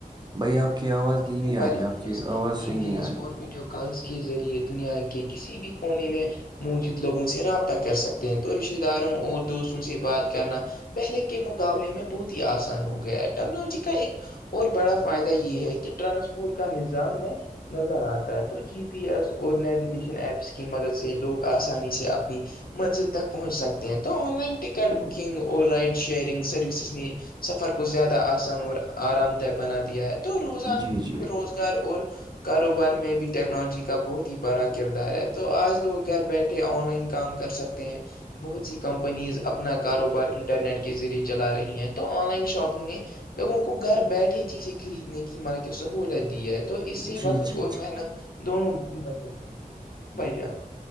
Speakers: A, on the right; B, on the left.
A: بھائی آپ کی آواز
B: آج
A: دھیمی
B: موبائل
A: آ رہی ہے آپ
B: فونز
A: کی آواز
B: ای
A: صحیح
B: میلز
A: نہیں آ رہی
B: اور ویڈیو کالز کے ذریعے دنیا کے کسی کسی بھی کونے میں موجود لوگوں سے رابطہ کر سکتے ہیں تو رشتے داروں اور دوستوں سے بات کرنا پہلے کے مقابلے میں بہت ہی آسان ہو گیا ہے ٹیکنالوجی کا ایک اور بڑا فائدہ یہ ہے کہ ٹرانسپورٹ کا نظام میں نظر آتا ہے تو جی پی ایس اور نیویگیشن ایپس کی مدد سے لوگ آسانی سے اپنی منزل تک پہنچ سکتے ہیں تو آن لائن ٹکٹ بکنگ اور رائڈ شیئرنگ سروسز نے سفر کو زیادہ آسان اور آرام دہ بنا دیا ہے تو روزانہ
A: جی جی
B: روزگار اور کاروبار میں بھی ٹیکنالوجی کا بہت ہی بڑا کردار ہے تو آج لوگ گھر بیٹھے آن لائن کام کر سکتے ہیں بہت ہیی کمپنیز اپنا کاروبار انٹرنیٹ کے ذریعے چلا رہی ہیں تو آن لائن شاپنگ نے لوگوں کو گھر بیٹھے چیزیں خریدنے کی مطب کی سہولت دی ہے تو اسی
A: جی
B: وقت
A: جی جی
B: اور محنت دونوں کی بچت ہوتی ہےا بھائی جان